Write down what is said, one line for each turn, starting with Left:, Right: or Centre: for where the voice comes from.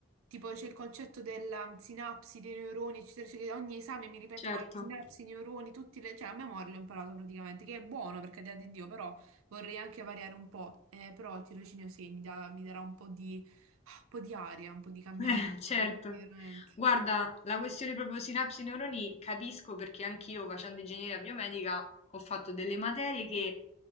Right: tipo c'è il concetto della mm, sinapsi dei neuroni, eccetera, eccetera, ogni esame mi ripetono
Left: certo.
Right: le sinapsi, i neuroni, tutti le- cioè a memoria l'ho imparato praticamente, che è buono per carità di Dio, però vorrei anche variare un po', Eh, però il tirocinio sì, mi, dà- mi darà un po' di, un po' di aria, un po' di cambiamento,
Left: Eh, certo.
Right: veramente.
Left: Guarda, la questione proprio sinapsi neuroni capisco perché anch'io facendo ingegneria biomedica ho fatto delle materie che